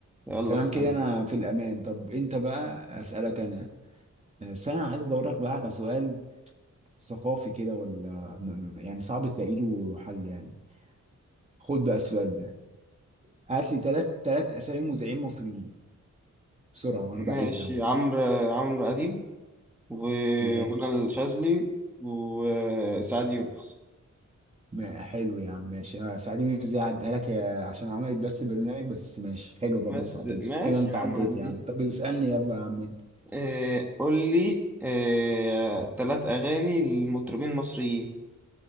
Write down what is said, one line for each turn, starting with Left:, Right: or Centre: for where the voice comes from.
Centre: يلا
Right: تمام
Centre: اسأل
Right: كده انا في الامان طب انت بقى اسالك انا بس انا عايز ادور لك بقى على سؤال ثقافي كده ولا م- م- يعني صعب تلاقي له حل يعني خد بقى السؤال ده هات لي ثلاث ثلاث اسامي مذيعين مصريين بسرعه وانا
Centre: ماشي
Right: بعيد ده اهو
Centre: عمرو عمرو اديب ومنى
Right: ماشي
Centre: الشاذلي وسعد يونس
Right: ما حلو يا عم ماشي أنا سعد يونس دي هعديها لك يا- عشان عملت بس برنامج بس ماشي حلو برضو
Centre: بس
Right: سعد
Centre: ماشي
Right: يونس كده انت
Centre: يا عم
Right: عديت
Centre: عدي
Right: يا عم طب اسالني يلا يا عم انت
Centre: آه قول لي آه تلات أغاني لمطربين مصريين